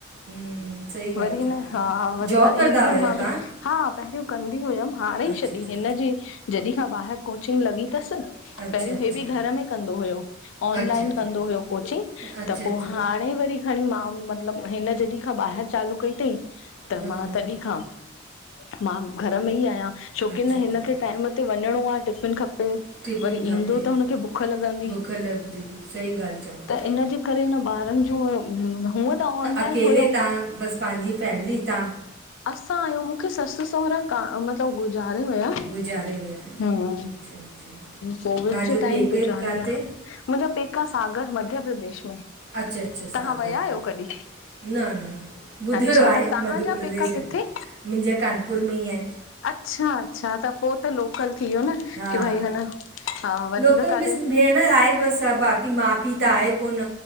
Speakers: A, on the right; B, on the left.
A: हम्म, सही ॻाल्हि
B: वरी
A: चओ
B: न
A: था
B: हा, वरी
A: जॉब कंदा
B: ईंद
A: आहियो
B: मां
A: तव्हां
B: बि हा पहिरियो कंदी हुयमि, हाणे ई
A: अच्छा
B: छॾी
A: अच्छा
B: हिनजी जॾहिं खां ॿाहिरि कोचिंग लॻी तसि
A: अच्छा
B: पहिरियों
A: अच्छा
B: हे बि घर में कंदो हुयो, ऑनलाइन
A: अच्छा त
B: कंदो हुयो कोचिंग,
A: अच्छा
B: त पोइ
A: अच्छा
B: हाण न ई वरी हणी मां मतिलब, हिन जॾी खां ॿाहिरि चालू कई तईं त
A: हम्म,
B: मां तॾहिं खां मां बि घर में ई आहियां छोकी
A: अच्छा
B: न
A: अच्छा
B: हिन खे टाइम ते वञिणो आहे टिफ़िन खपे।
A: टिफ़िन
B: वरी
A: खपे
B: ईंदो त हुनखे बुख लॻंदी
A: बुख लॻंदी सही ॻाल्हि चओ था
B: त इनजी करे न ॿारनि जो हुअं त ऑनलाइन
A: अकेले
B: हुयो।
A: तव्हां बसि पंहिंजी फैमिली तां
B: असां आहियूं मूंखे ससु सहुरा का मतिलबु गु गारे विया। हुं,
A: गुज़ारे विया आहियो अच्छा अच्छा
B: कोविड
A: तव्हांजो
B: जे
A: पेके
B: टाइम गुज़ारे
A: किथे
B: विया। मुंहिंजो पेका, हे सागर मध्य प्रदेश में।
A: अच्छा- अच्छा, सागर
B: तव्हां विया
A: में,
B: आहियो कॾहिं?
A: न- न, ॿुधोियो
B: अच्छा
A: आहे
B: त तव्हांजा
A: मध्य प्रदेश।
B: पेका
A: मुंहिंजे
B: किथे?
A: कानपुर में ई आहिन।
B: अच्छा- अच्छा, त पो त लोकल थी वियो न
A: हा
B: की भई ह न हा- हा वधीक
A: लोकल
B: कर
A: बसि भेण आहे बसि, बाक़ी माउ- पीउ त आहे कोन।